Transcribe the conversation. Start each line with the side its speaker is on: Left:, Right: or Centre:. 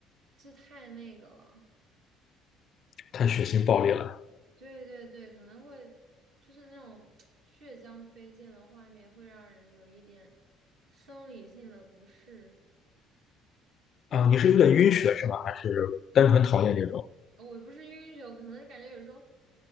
Right: 这太那个了。
Left: 太血腥暴力了
Right: 对对对，可能会就是那种 <tsk> 血浆飞溅的画面，会让人有一点生理性的不适。
Left: 啊！你是有点晕血是吗？还是单纯讨厌这种？
Right: 我不是晕血，我可能是感觉有时候